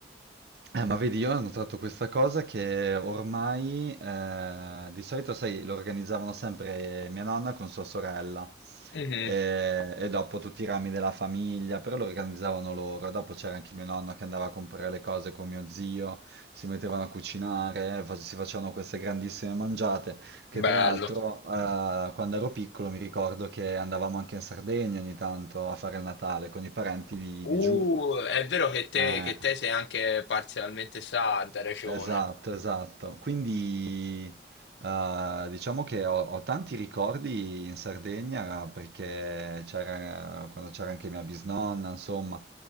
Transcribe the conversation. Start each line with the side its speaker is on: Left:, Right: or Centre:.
Right: Eh, ma vedi, io ho notato questa cosa che ormai eh, di solito, sai, lo organizzavano sempre mia nonna con sua sorella.
Left: Mhm,
Right: e, e dopo tutti i rami della famiglia, però lo organizzavano loro. Dopo c'era anche mio nonno che andava a comprare le cose con mio zio, si mettevano a cucinare, eh, fa- si facevano queste grandissime mangiate, che
Left: bello.
Right: tra l'altro eh, quando ero piccolo mi ricordo che andavamo anche in Sardegna ogni tanto a fare il Natale con i parenti di,
Left: Uh,
Right: di giù.
Left: è vero che te,
Right: Eh,
Left: che te sei anche parzialmente sarda, hai ragione.
Right: Esatto, esatto. Quindi eh, diciamo che ho, ho tanti ricordi in Sardegna perché c'era quando c'era anche mia bisnonna, insomma,